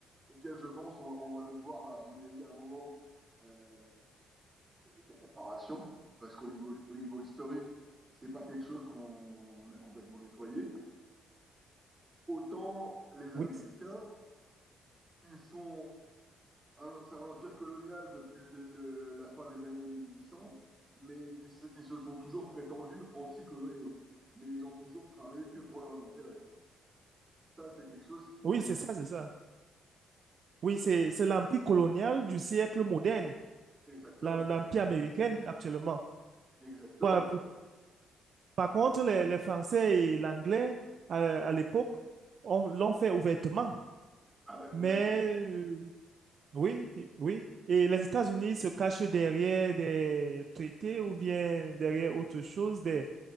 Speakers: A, on the right; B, on the right.
A: auquel je pense on, on va devoir, à mon avis, à un moment, euh, payer des réparations, parce qu'au niveau, au niveau historique, c'est pas quelque chose qu'on a complètement nettoyé. Autant les
B: Oui,
A: Américains, ils sont, un- c'est un empire colonial depuis le le- la fin des années 1800, mais ils, se ils se sont toujours prétendus anticoloniaux. Mais ils ont toujours travaillé que pour leurs intérêts. Ça, c'est quelque chose qui les...
B: Oui, c'est ça, c'est ça. Oui, c'est c'est l'empire colonial du siècle moderne,
A: Exactement,
B: la- l'empire américain actuellement.
A: exactement.
B: Par, par contre, les, les Français et l'anglais, à, à l'époque, on- l'ont fait ouvertement.
A: Ah ben complètement.
B: Mais euh, oui, oui. Et les États-Unis se cachent derrière des traités ou bien derrière autre chose, des,